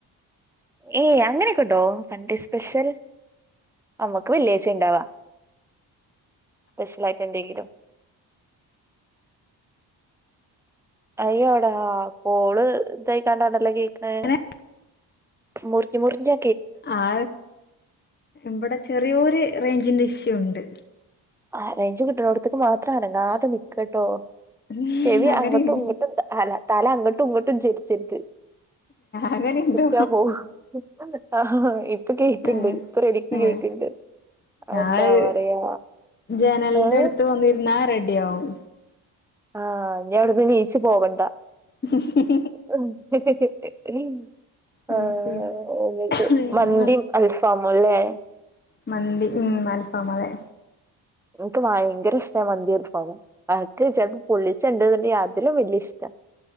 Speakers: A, in the centre; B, on the left.
A: ഏയ് അങ്ങനെയൊക്കെ ഉണ്ടോ സൺഡേ സ്പെഷ്യൽ അമ്മക്ക് വെള്ളിയാഴ്ച്ച ഉണ്ടാവാ സ്പെഷ്യൽ ആയിട്ട് എന്തെങ്കിലും അയ്യോടാ കോള് ഇതയിക്കാണ്ടാണല്ലോ കേക്ക്ണ്
B: അങ്ങനെ
A: മുറിഞ്ഞ് മുറിഞ്ഞ്
B: ആ ഇവിടെ ചെറിയൊരു റേഞ്ചിന്റെ ഇഷ്യു ഉണ്ട്
A: ആഹ് റേഞ്ച്‌ കിട്ടണോടത്തേക്ക് മാത്രം അനങ്ങാതെ നിക്കേട്ടോ
B: ഉം
A: ചെവി
B: അങ്ങനെണ്ട്
A: അങ്ങൊട്ടും ഇങ്ങൊട്ടും ത് അല തല അങ്ങൊട്ടും ഇങ്ങൊട്ടും ചരിച്ചിരുത്ത്
B: അങ്ങനെണ്ടോ
A: ര്ചാ പോവും ആഹ് ഇപ്പ കേക്ണ്ട്
B: ആഹ്
A: ഇപ്പ റെഡിക്ക്
B: ആഹ്
A: കേക്ക്‌ ക് ണ്ട് അഹ് ന്താ
B: ആഹ്
A: പറയാ
B: ജനലിന്റെ
A: ഏഹ്
B: എടുത്ത് വന്നിരുന്നാ റെഡി ആവും
A: ആഹ് ഞ്ഞി അഉടുന്ന് നീച്ചി പോവണ്ട
B: <unintelligible>
A: ഉംഹ് ഹ് ഹ് ആ
B: ഉം പിന്നെ
A: എന്നിട്ട് മന്തിയും അൽഫാമും അല്ലേ
B: മന്തി ഉം ആൽഫാം അതെ
A: ഇൻക്ക് ഭയങ്കര ഇഷ്ടാ മന്തി അൽഫാമും അൻക്ക് ചെൽപ്പോ പൊള്ളിച്ചെ ണ്ടെന്നുണ്ടേ അതിലും വല്യ ഇഷ്ടാ